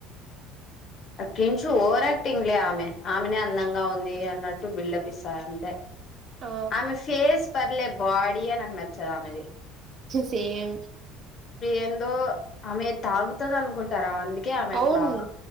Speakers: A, on the left; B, on the right.
A: ఆ కించు ఓవర్ యాక్టింగ్ లే ఆమె ఆమెనే అందంగా ఉంది అన్నట్టు బిల్డప్ ఇస్తది అంతే
B: ఆ
A: ఆమె ఫేస్ పర్లే బాడీయే నాకు నచ్చదు ఆమెది
B: సేమ్
A: ఏందో ఆమె తాగుతుంది అనుకుంటారా అందుకే ఆమె
B: అవును
A: అట్లా